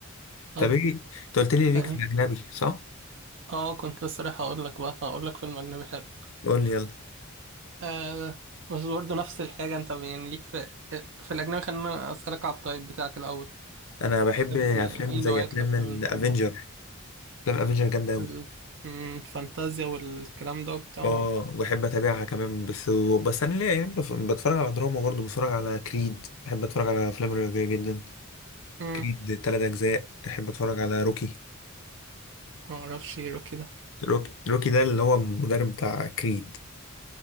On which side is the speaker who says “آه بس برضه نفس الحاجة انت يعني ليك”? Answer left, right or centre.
Right